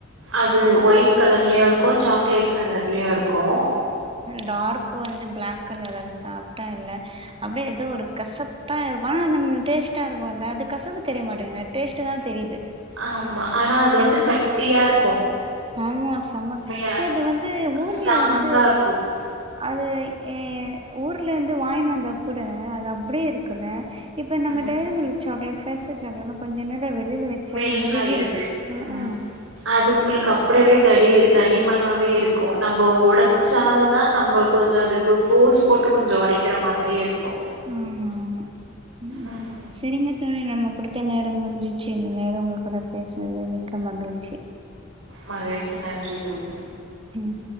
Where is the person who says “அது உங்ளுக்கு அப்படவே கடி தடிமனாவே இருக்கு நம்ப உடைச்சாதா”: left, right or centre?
Right